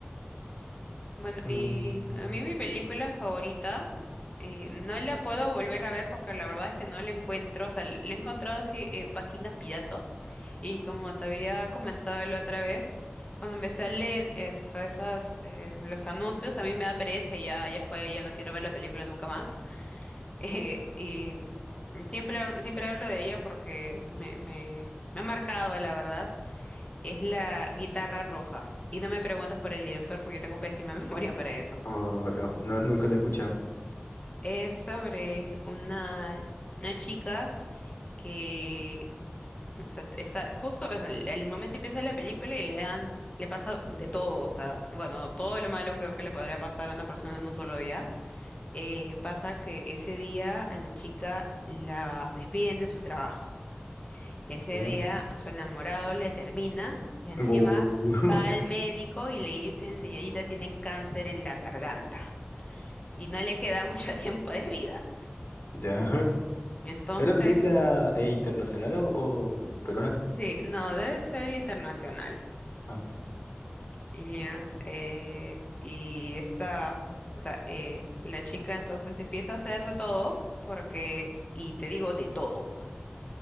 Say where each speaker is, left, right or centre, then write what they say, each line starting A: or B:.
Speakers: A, on the left; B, on the left.
A: Bueno, mi,
B: Mm,
A: a mí mi película favorita, eh, no la puedo volver a ver porque la verdad es que no la encuentro, o sea, la he encontrado así en páginas piratas y como te había comentado la otra vez, cuando me salen eso, esas, eh, los anuncios, a mí me da pereza y ya, ya fue, ya no quiero ver la película nunca más. <laughs> Eh, y siempre, hablo- siempre hablo de ella porque me, me, me ha marcado, la verdad. Es la guitarra roja. Y no me preguntes por el director porque yo tengo pésima <laughs> memoria para eso.
B: ah, no, no, nunca la he escuchado.
A: Es sobre una, una chica que o sea, está justo en el, el momento empieza la película y le dan, le pasa de todo, o sea, bueno, todo lo malo creo que le podría pasar a una persona en un solo día. Eh, pasa que ese día a la chica la despiden de su trabajo. Ese
B: Ya.
A: día su enamorado le termina y encima
B: Bu- <laughs>
A: va al médico y le dicen, señorita, tiene cáncer en la garganta y no le queda mucho <laughs> tiempo de vida.
B: Ya.
A: Entonces,
B: ¿Es una película eh, internacional o, o peruana?
A: sí, no, debe ser internacional.
B: Ah,
A: Ya, eh, y esta, o sea, eh, la chica entonces empieza a hacer de todo porque, y te digo de todo.